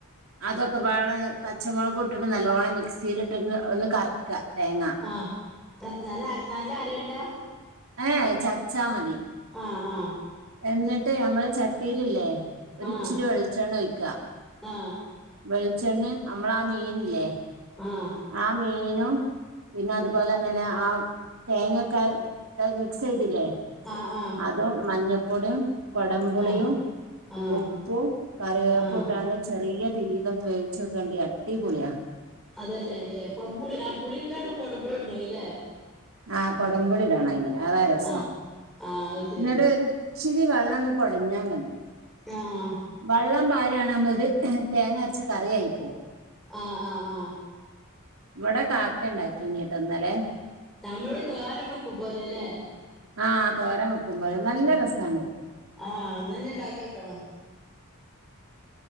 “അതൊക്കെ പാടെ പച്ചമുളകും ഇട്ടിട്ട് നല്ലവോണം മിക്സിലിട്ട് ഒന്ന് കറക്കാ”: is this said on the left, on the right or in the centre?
Right